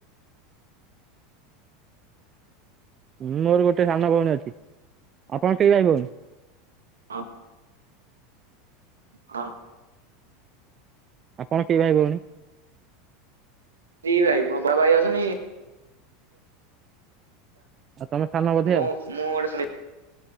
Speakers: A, on the right; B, on the right.
A: ଉଁ ମୋର ଗୋଟେ ସାନ ଭଉଣୀ ଅଛି, ଆପଣ କେଇ ଭାଇ ଭଉଣୀ?
B: ହଁ ହଁ।
A: ଆପଣ କେଇ ଭାଇ ଭଉଣୀ?
B: ଦି ଭାଇ ମୋବା ଭାଇ ଅଛନ୍ତି
A: ଆଉ ତମେ ସାନ ବଧେ
B: ମୁଁ
A: ଆଉ?
B: ମୁଁ ଗୋଟେ ଶୁଣିଥିଲି